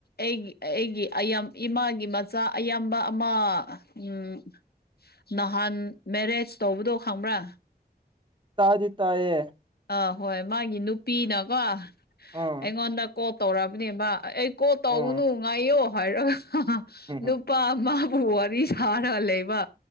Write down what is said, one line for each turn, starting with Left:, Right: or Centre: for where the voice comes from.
Left: ꯑꯩꯒꯤ ꯑꯩꯒꯤ ꯑꯌꯥꯝ ꯏꯃꯥꯒꯤ ꯃꯆꯥ ꯑꯌꯥꯝꯕ ꯑꯃ ꯎꯝ ꯅꯍꯥꯟ ꯃꯦꯔꯦꯖ ꯇꯧꯕꯗꯣ ꯈꯪꯕ꯭ꯔꯥ
Right: ꯇꯥꯗꯤ ꯇꯌꯦ
Left: ꯑꯥ ꯍꯣꯏ ꯃꯥꯒꯤ ꯅꯨꯄꯤꯅꯀꯣ ꯑꯩꯉꯣꯟꯗ
Right: ꯑꯥ
Left: ꯀꯣꯜ ꯇꯧꯔꯛꯑꯕꯅꯦꯕ ꯑꯩ ꯀꯣ ꯇꯧꯅꯨ
Right: ꯑꯥ
Left: ꯉꯥꯏꯌꯣ ꯍꯥꯏꯔꯒ
Right: ꯎꯝ
Left: ꯅꯨꯄꯥ ꯃꯥꯕꯨ ꯋꯥꯔꯤ ꯁꯥꯔ ꯂꯩꯕ